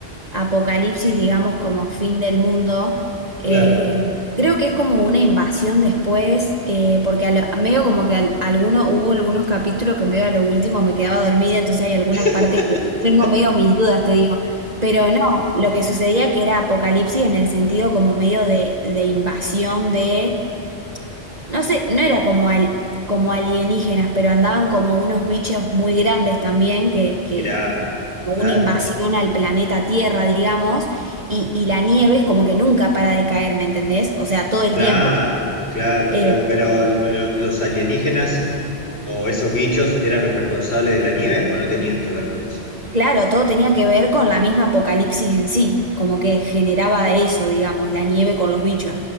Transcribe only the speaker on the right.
apocalipsis, digamos, como fin del mundo, eh,
creo que es como una invasión después, eh, porque a lo- medio como que al- alguno, hubo algunos capítulos que medio a lo último me quedaba dormida, entonces hay algunas
partes que tengo medio mis dudas, te digo, pero no, lo que sucedía que era apocalipsis en el sentido como medio de, de invasión de No sé, no era como, al, como alienígenas, pero andaban como unos bichos muy grandes también, que, que
como
una invasión al planeta Tierra, digamos, y, y la nieve es como que nunca para de caer, ¿me entendés? O sea, todo el
tiempo.
Eh,
claro, todo tenía que ver con la misma apocalipsis en sí, como que generaba eso, digamos, la nieve con los bichos.